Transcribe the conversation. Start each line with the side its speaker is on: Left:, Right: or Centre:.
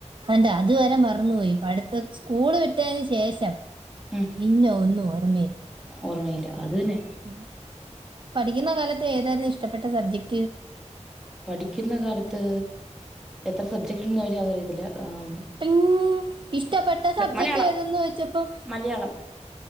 Right: കണ്ടോ അതുവരെ മറന്നു പടുത്തം കൂള് വിട്ടതിന് ശേഷം
Centre: ഉം
Right: പിന്നെ ഒന്നും ഓർമ്മയില്ല.
Centre: ഓർമ്മയില്ല അത് തന്നെ
Right: ഉം. പഠിക്കുന്ന കാലത്ത് ഏതായിരുന്നു ഇഷ്ടപ്പെട്ട സബ്ജക്ട്.
Centre: പഠിക്കുന്ന കാലത്ത് എത്ര സബ്ജക്ട് ഉണ്ട് ചോദിച്ചാൽ അതറിയത്തില്ല എ.
Right: ഉം ഇഷ്ടപ്പെട്ട സബ്ജക്ട്
Centre: മലയാളം
Right: ഏതന്ന് ചോദിച്ചപ്പം
Centre: മലയാളം